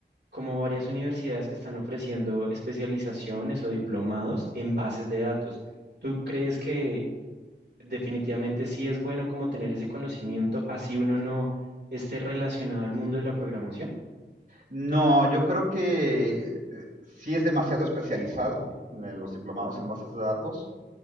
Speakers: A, on the right; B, on the right.
A: como varias universidades que están ofreciendo especializaciones o diplomados en bases de datos. ¿Tú crees que Definitivamente sí es bueno como tener ese conocimiento, así uno no esté relacionado al mundo de la programación.
B: No, yo creo que eh, sí es demasiado especializado eh, los diplomados en bases de datos